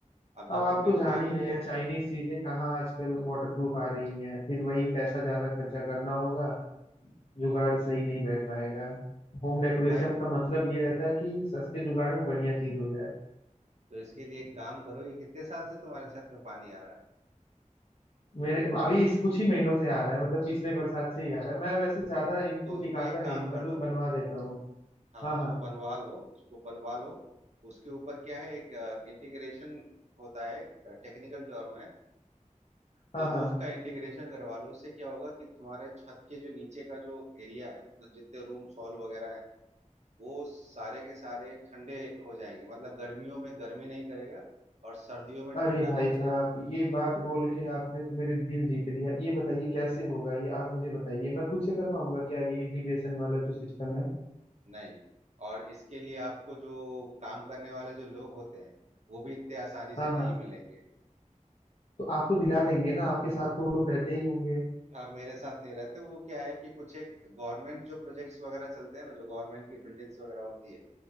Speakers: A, on the right (about 60°); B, on the left (about 50°).
A: अब जब
B: अब आप
A: तुमने
B: तो जान
A: ठान
B: ही
A: ही
B: रहे
A: लिया
B: हैं चाइनीज चीजें कहाँ आजकल वाटरप्रूफ आ रही हैं फिर वही पैसा ज्यादा खर्चा करना होगा
A: हम्म
B: जुगाड़ सही नहीं बैठ पाएगा होम डेकोरेशन
A: तो भाई
B: का मतलब ये रहता है कि सस्ते जुगाड़ में बढ़िया चीज हो जाए
A: तो इसके लिए एक काम करो ये कितने साल से तुम्हारे छत में पानी आ रहा है
B: मेरे अभी इस कुछ ही महीनों से आ रहा है मतलब पिछले बरसात से ही आ रहा है मैं वैसे ज्यादा इनको
A: तो उसको
B: टिकाता
A: एक काम
B: नहीं हूँ
A: कर
B: मैं तो
A: दो
B: बनवा देता हूँ
A: हाँ
B: हाँ
A: उसको
B: हाँ
A: बनवा लो उसको बनवा लो उसके ऊपर क्या है एक इंटीग्रेशन होता है टेक्निकल टर्म है
B: हाँ
A: तो
B: हाँ
A: रूफ का इंटीग्रेशन करवा लो उससे क्या होगा कि तुम्हारे छत के जो नीचे का जो एरिया है मतलब जितने रूम सॉल वगैरह वो सारे के सारे ठंडे हो जाएंगे मतलब गर्मियों में गर्मी नहीं करेगा और सर्दियों में
B: अरे
A: ठंडा
B: भाई
A: नहीं करेगा
B: साहब ये बात बोल के आपने तो मेरे दिल जीत लिया ये बताइए कैसे होगा ये आप मुझे बताइए मैं खुद से कर पाऊंगा क्या ये इंटीग्रेशन वाला जो सिस्टम है
A: नहीं और इसके लिए आपको जो काम करने वाले जो लोग होते हैं वो भी इतने आसानी से
B: हाँ
A: नहीं
B: हाँ
A: मिलेंगे
B: तो आप तो दिला देंगे ना आपके साथ तो वो लोग रहते ही होंगे
A: हाँ मेरे साथ नहीं रहते वो क्या है कि कुछ एक गवर्नमेंट जो प्रोजेक्ट्स वगैरह चलते हैं ना जो गवर्नमेंट की बिल्डिंग्स वगैरह होती है